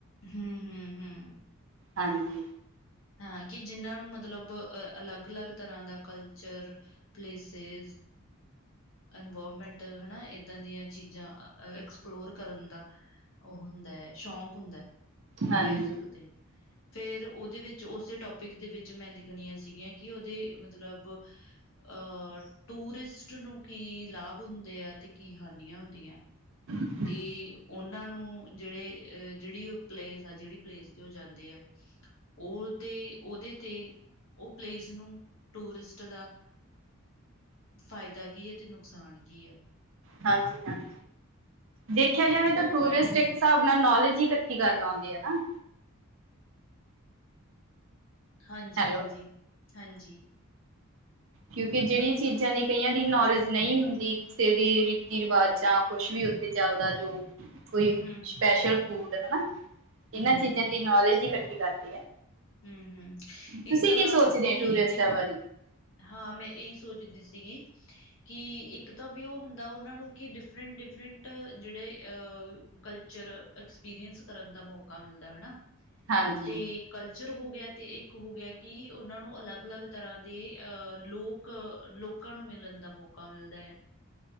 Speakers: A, on the left; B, on the right.
A: ਹੁੰ ਹੁੰ। ਹੁੰ, ਹੁੰ।
B: ਹਾਂਜੀ।
A: ਹਾਂ, ਕਿ ਜਿਨਾਂ ਨੂੰ ਮਤਲਬ ਅਲੱਗ-, ਅਲੱਗ ਤਰ੍ਹਾਂ ਦਾ ਕਲਚਰ ਪਲੇਸਿਸ। ਇਨਵਾਇਰਮੈਂਟ ਹੈ ਨਾ ਇੱਦਾਂ ਦੀਆਂ ਚੀਜ਼ਾਂ, ਐਕਸਪਲੋਰ ਕਰਨ ਦਾ ਉਹ ਹੁੰਦਾ ਹੈ ਸ਼ੌਂਕ ਹੁੰਦਾ,
B: ਹਾਂਜੀ
A: ਇਹ ਕਹਿ ਸਕਦੇ ਹਾ। ਫੇਰ ਉਹਦੇ ਵਿੱਚ ਉਸੇ ਟੋਪਿਕ ਦੇ ਵਿੱਚ ਮੈਂ ਲਿਖਣੀਆਂ ਸੀਗੀਆਂ, ਕਿ ਉਹਦੇ ਮਤਲਬ ਅਹ ਟੂਰਿਸਟ ਨੂੰ ਕੀ ਲਾਭ ਹੁੰਦੇ ਆ ਤੇ ਕੀ ਹਾਨੀਆਂ ਹੁੰਦੀਆਂ?
B: ਹ-
A: ਤੇ ਉਹਨਾਂ ਨੂੰ ਜਿਹੜੇ ਅਹ ਜਿਹੜੀ ਪਲੇਸ ਆ, ਜਿਹੜੀ ਪਲੇਸ ਤੇ ਉਹ ਜਾਂਦੇ ਆ ਉਹਦੇ, ਉਹਦੇ ਤੇ ਉਹ ਪਲੇਸ ਨੂੰ, ਟੂਰਿਸਟ ਦਾ ਫਾਇਦਾ ਕੀ ਹੈ, ਤੇ ਨੁਕਸਾਨ ਕੀ ਆ?
B: ਹਾਂਜੀ ਹਾਂਜੀ, ਦੇਖਿਆ ਜਾਵੇ
A: ਇੱਕ
B: ਤਾਂ
A: ਦੋ
B: ਟੂਰਿਸਟ
A: ਪੁਆਇੰਟ ਨੇ
B: ਇੱਕ ਹਿਸਾਬ ਆਪਣਾ ਨੌਲੇਜ ਹੀ ਇਕੱਠੀ ਕਰਨ ਆਉਂਦੇ ਹੈ ਨਾ।
A: ਹਾਂਜੀ
B: ਹੈਲੋ
A: ਹਾਂਜੀ, ਹਾਂਜੀ।
B: ਕਿਉਂਕਿ ਜਿਹੜੀ ਚੀਜ਼ਾਂ ਦੀ ਕਈਆਂ ਦੀ ਨੌਲੇਜ ਨਹੀਂ ਹੁੰਦੀ, ਕਿਸੇ ਦੇ ਰੀਤੀ ਰਿਵਾਜ਼ਾਂ ਕੁਛ ਵੀ ਉੱਥੇ ਚੱਲਦਾ ਜੋ, ਕੋਈ
A: ਹੂੰ ਹੂੰ
B: ਸਪੈਸ਼ਲ ਫੂਡ ਹਨਾ, ਇਹਨਾਂ
A: ਹੂੰ
B: ਚੀਜ਼ਾਂ ਦੀ ਨੌਲੇਜ ਹੀ ਇਕੱਠੀ ਕਰਦੀ ਹੈ।
A: ਹਮ ਹਮ,
B: ਤੁਸੀਂ
A: ਇੱਕ ਤਾਂ ਲਾ
B: ਕੀ ਸੋਚਦੇ
A: ਲਓ ਕਿ
B: ਹੋ ਟੂਰਿਸਟਾਂ
A: ਜਿਵੇਂ
B: ਬਾਰੇ
A: ਹਾਂ, ਮੈਂ ਇਹੀ ਸੋਚਦੀ ਸੀਗੀ ਕਿ ਇੱਕ ਤਾਂ ਵੀ ਉਹ ਹੁੰਦਾ ਉਹਨਾਂ ਨੂੰ ਕਿ ਡਿਫਰੈਂਟ- ਡਿਫਰੈਂਟ, ਜਿਹੜੇ ਕਲਚ ਐਕਸਪੀਰੀਅੰਸ ਕਰਨ ਦਾ ਮੌਕਾ ਮਿਲਦਾ ਹਨਾ,
B: ਹਾਂਜੀ
A: ਤੇ ਕਲਚਰ ਹੋ ਗਿਆ ਅਤੇ ਇੱਕ ਹੋ ਗਿਆ, ਕਿ ਉਹਨਾਂ ਨੂੰ ਅਲੱਗ ਅਲੱਗ ਤਰ੍ਹਾਂ ਦੇ ਅਹ ਲੋਕ, ਲੋਕਾਂ ਨੂੰ ਮਿਲਣ ਦਾ ਮੌਕਾ ਮਿਲਦਾ ਹੈ।